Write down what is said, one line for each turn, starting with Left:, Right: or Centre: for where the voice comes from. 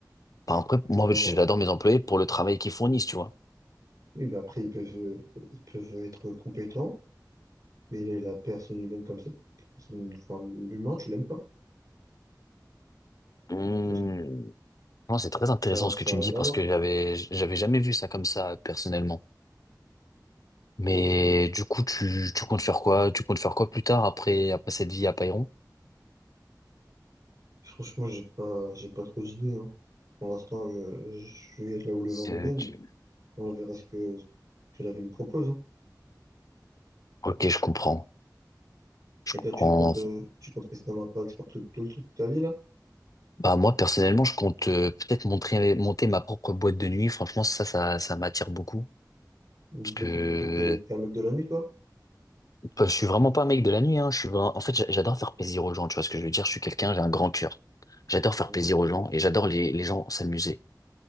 Left: Enfin, après, moi,
Right: Non.
Left: j'adore mes employés pour le travail qu'ils fournissent, tu vois.
Right: Oui, mais après, ils peuvent, euh, ils peuvent être compétents, mais la personne humaine comme ça, la personne, enfin, l'humain, tu l'aimes pas.
Left: Hum,
Right: Tu
Left: Non, c'est très intéressant
Right: vois, ça,
Left: ce
Right: ça
Left: que tu
Right: n'a
Left: me dis
Right: rien
Left: parce
Right: à voir.
Left: que j'avais, j'avais jamais vu ça comme ça, euh, personnellement. Mais du coup, tu, tu comptes faire quoi? Tu comptes faire quoi plus tard après, après cette vie à Payron?
Right: Franchement, j'ai pas, j'ai pas trop d'idées, hein. Pour l'instant, je, je vais là où le vent me
Left: Euh,
Right: mène.
Left: tu-
Right: On verra ce que, ce que la vie me propose, hein.
Left: Ok, je comprends. Je
Right: Et
Left: comprends.
Right: toi, tu comptes, euh, tu comptes rester dans l'impact expert tout, tout, toute ta vie, là?
Left: Bah moi personnellement, je compte euh, peut-être monter monter ma propre boîte de nuit. Franchement, ça ça ça m'attire beaucoup
Right: Ou bout
Left: parce que
Right: de nuit, toi, t'es, t'es un mec de la nuit, toi?
Left: bah, je suis vraiment pas un mec de la nuit hein. Je suis vra- en fait, j'a- j'adore faire plaisir aux gens, tu vois ce que je veux dire? Je suis quelqu'un, j'ai un grand cœur. J'adore faire
Right: Ouais.
Left: plaisir aux gens et j'adore les les gens s'amuser.